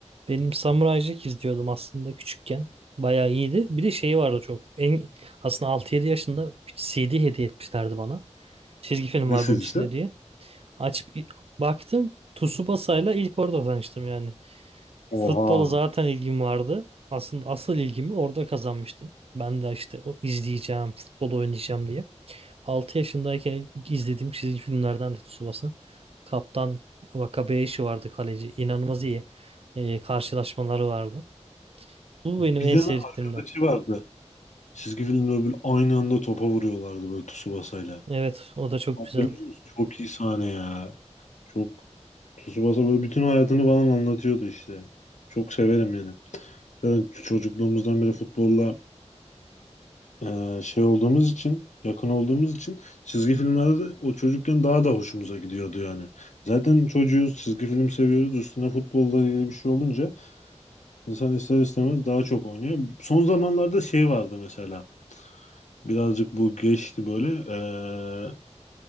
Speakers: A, on the right; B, on the left.
A: Benim Samurai Jack izliyordum aslında küçükken. Bayağı iyiydi. Bir de şeyi vardı çok. En, aslında altı yedi yaşında bir CD hediye etmişlerdi bana. Çizgi film
B: ne
A: var
B: dizisi?
A: bunun içinde diye. Açıp baktım Tsubasa'yla ilk orada tanıştım yani. Futbola
B: Oha.
A: zaten ilgim vardı. Aslında asıl ilgimi orada kazanmıştım. Ben de işte o izleyeceğim, futbol oynayacağım diye. 6 yaşındayken ilk izlediğim çizgi filmlerden de Tsubasa. Kaptan Wakabayashi vardı kaleci. İnanılmaz iyi e, karşılaşmaları vardı. Bu
B: Bir
A: benim en
B: tane
A: sevdiklerimden.
B: arkadaşı vardı. Çizgi filmde böyle aynı anda topa vuruyorlardı böyle Tsubasa'yla.
A: Evet, o da çok
B: Hatırlıyor
A: güzeldi.
B: musun? Çok iyi sahne ya. Çok Tsubasa böyle bütün hayatını falan anlatıyordu işte. Çok severim yani. Zaten çocukluğumuzdan beri futbolla e, şey olduğumuz için, yakın olduğumuz için çizgi filmlerde de o çocukken daha da hoşumuza gidiyordu yani. Zaten çocuğuz, çizgi film seviyoruz. Üstüne futbolla ilgili bir şey olunca insan ister istemez daha çok oynuyor. Son zamanlarda şey vardı mesela. Birazcık bu geçti böyle. e,